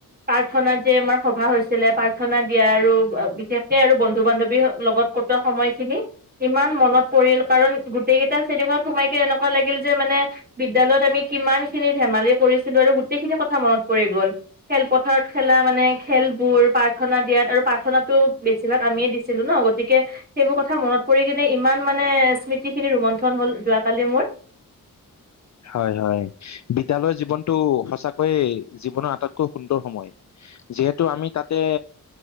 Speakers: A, on the right; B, on the left.
A: প্ৰাৰ্থনা যে আমাৰ সভা হৈছিলে প্ৰাৰ্থনা দিয়া আৰু বিশেষকে আৰু বন্ধু বান্ধৱী লগত কটোৱা সময়খিনি ইমান মনত পৰিল কাৰণ গোটেই কেইটা শ্ৰেণী কোঠাত সোমাই এনেকোৱা লাগিল যে মানে বিদ্যালয়ত আমি কিমান খিনি ধেমালি কৰিছিলো আৰু গোটেইখিনি কথা মনত পৰি গ'ল খেলপথাৰত খেলা মানে খেলবোৰ প্ৰাৰ্থনা দিয়াত আৰু প্ৰাৰ্থনাটো বেছিভাগ আমিয়ে দিছিলো ন গতিকে সেইবোৰ কথা মনত পৰি কিনে ইমান মানে স্মৃতিখিনি ৰুমন্থন হ'ল যোৱ কালি মোৰ
B: হয় হয় বিদ্যালয়ৰ জীৱনতটো সঁচাকৈয়ে জীৱনৰ আটাইতকৈ সুন্দৰ সময় যিহেতু আমি তাতে